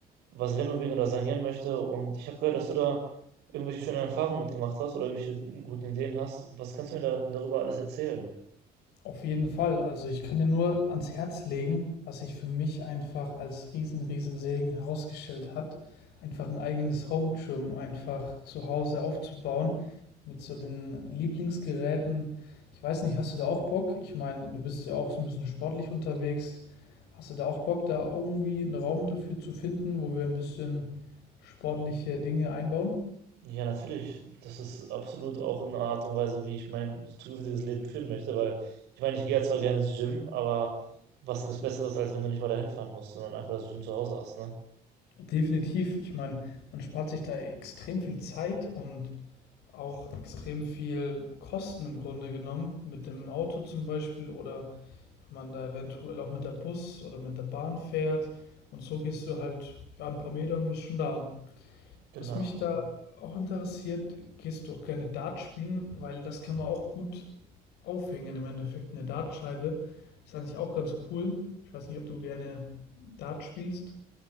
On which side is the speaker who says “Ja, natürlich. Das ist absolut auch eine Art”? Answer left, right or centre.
Right